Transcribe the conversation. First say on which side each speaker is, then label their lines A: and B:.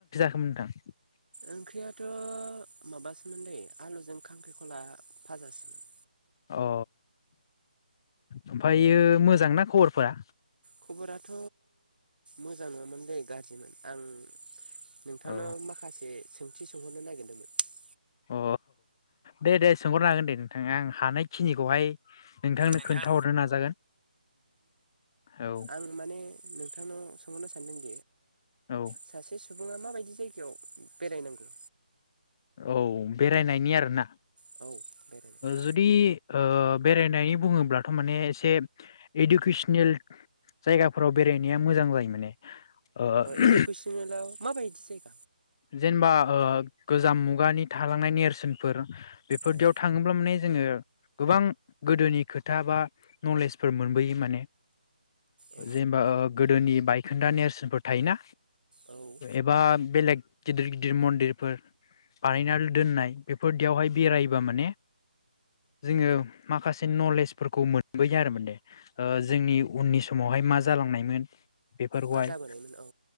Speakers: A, on the left (about 25°); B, on the right (about 75°).
A: <unintelligible>
B: ओंख्रियाथ' माबासोमोन दैै आलुजों खांख्रिखला फाजासोमोन।
A: अ ओमफ्रायो मोजां ना खबरफोरा?
B: खबराथ' मोजां नङामोन दै गाज्रिमोन। आं नोंथांनाव
A: औ
B: माखासे सोंथि सोंहरनो नागिरदोंमोन।
A: अ दे दे सोंहरनो हागोन दे नोंथां आं हानायखिनिखौहाय नोंथांनो
B: नोंथां
A: खोन्थाहरनो नाजागोन औ
B: आं माने नोंथांनाव सोंहरनो सानदों।
A: औ
B: सासे सुबुङा माबायदि जायगायाव बेरायनांगौ?
A: औ बेरायनायनि आरोना।
B: औ बेरायनाय
A: जुदि ओ बेरायनाय बुङोब्लाथ' माने एसे इडुकेसनेल जायगाफोराव बेरायनाया मोजां जायो माने। ओ
B: इडुकेसनेलाव माबायदि जायो।
A: जेनेबा ओ गोजाम मुगानि थालांनाय नेरसोनफोर बेफोरदियाव
B: अ
A: थाङोब्ला माने जोङो गोबां गोदोनि खोथा बा नलेजफोर मोनबोयो माने
B: औ
A: जेनेबा गोदोनि बायखोन्दा नेरसोनफोर थायोना
B: औ
A: एबा बेलेग गिदिर गिदिर मन्दिरफोर बानायनानै दोननाय बेफोरदियावहाय बेरबा माने जोङो माखासे नलेजफोरखौ मोनबोयो आरो माने ओ जोंनि उननि समावहाय मा जालांनायमोन। बेफोरखौहाय
B: मा जाबोनायमोन औ